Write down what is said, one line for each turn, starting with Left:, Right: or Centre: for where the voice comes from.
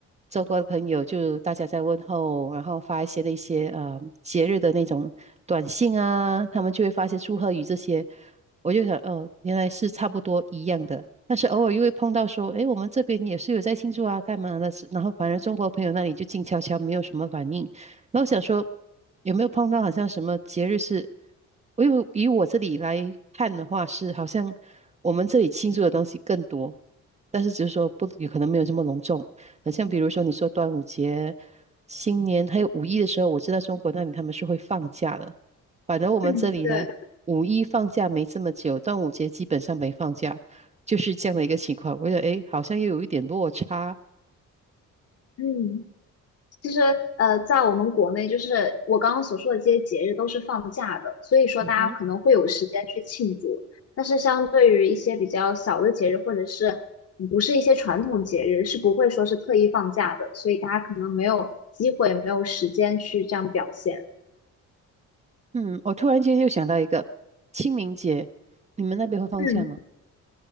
Right: 中国的朋友，就大家在问候，然后发一些那些呃节日的那种短信啊，他们就会发一些祝贺语这些，我就想哦，原来是差不多一样的。但是偶尔又会碰到说，诶，我们这边也是有在庆祝啊，干嘛的？然后反正中国朋友那里就静悄悄，没有什么反应。那我想说有没有碰到好像什么节日是，我为以我这里来看的话是好像我们这里庆祝的东西更多，但是只是说不有可能没有这么隆重。很像比如说你说端午节、新年还有五一的时候，我知道中国那里他们是会放假的，反正我们这里呢，
Left: 嗯，对，
Right: 五一放假没这么久，端午节基本上没放假，就是这样的一个情况。我觉得诶，好像又有一点落差。
Left: 嗯。其实，呃，在我们国内，就是我刚刚所说的这些节日都是放假的，所以说大家可能会有时间去庆祝。
Right: 嗯哼。
Left: 但是，相对于一些比较小的节日，或者是嗯不是一些传统节日，是不会说是特意放假的，所以大家可能没有机会，没有时间去这样表现。
Right: 嗯，我突然间又想到一个清明节，你们那边会放假吗？
Left: 嗯。